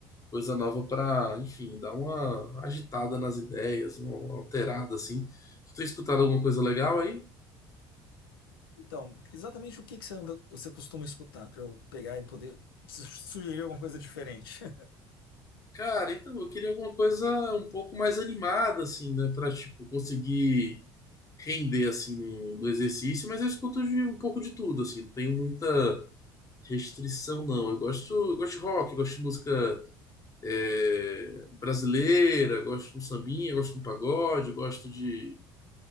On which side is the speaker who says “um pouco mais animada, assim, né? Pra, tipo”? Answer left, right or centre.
Left